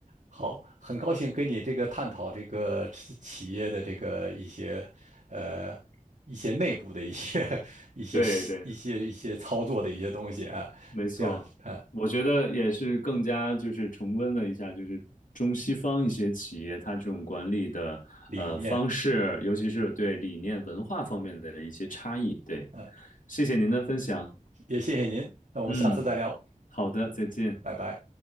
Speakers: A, on the right; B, on the left.
A: 好，很高兴跟你这个探讨这个企业的这个一些呃一些内部的一些 <laughs> 一些细一些一些操作的一些东西啊，
B: 对对。没错，
A: 两啊
B: 我觉得也是更加就是重温了一下，就是中西方一些企业它这种管理的呃方式，
A: 理念
B: 尤其是对理念文化方面的一些差异。对，
A: 啊，
B: 谢谢您的分享。
A: 也谢谢您，那我们下次再聊，
B: 嗯，好的，再见。
A: 拜拜。